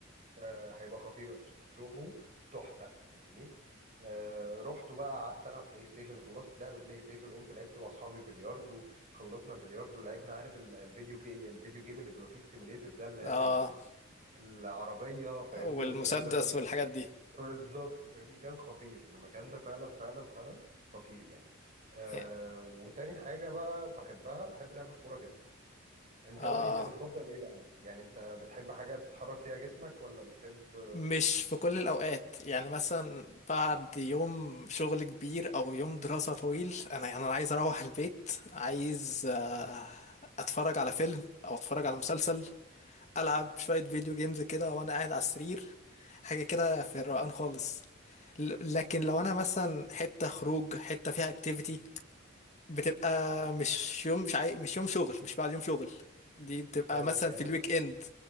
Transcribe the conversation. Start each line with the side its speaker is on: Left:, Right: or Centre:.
Right: آه هيبقى خطير يا أرسنال هتروحوا تحفة فاهمني آه رحت بقى قعدت ألعب بلاي ستيشن خلصت لعب بلاي ستيشن قمت لعبت مع أصحابي بلياردو خلصنا بلياردو لعبنا عارف ال- الفيديو جيم الفيديو جيم اللي بيبقى فيه السيميليتر ده اللي
Left: اه
Right: هي ال- ال- العربية فاهمني
Left: والمسدس
Right: والكلام ده كله
Left: والحاجات دي
Right: بالظبط فاهمني كان خطير المكان ده فعلا فعلا فعلا خطير يعني آه
Left: يعني،
Right: وتاني حاجة بقى بحبها بحب لعب الكورة جدا انت
Left: اه
Right: قول لي انت بتفضل ايه الاول يعني انت بتحب حاجة تحرك فيها جسمك ولا بتحب
Left: مش في كل الاوقات يعني مثلا بعد يوم شغل كبير او يوم دراسه طويل انا يعني انا عايز اروح البيت عايز آه، اتفرج على فيلم او اتفرج على مسلسل العب شويه فيديو جيمز كده وانا قاعد على السرير حاجه كده في الروقان خالص ل- لكن لو انا مثلا حته خروج حته فيها اكتيفيتي بتبقى مش يوم مش عاي... مش يوم شغل مش بعد يوم شغل دي بتبقى
Right: فهمتك
Left: مثلا
Right: يعني
Left: في الويك
Right: انت
Left: اند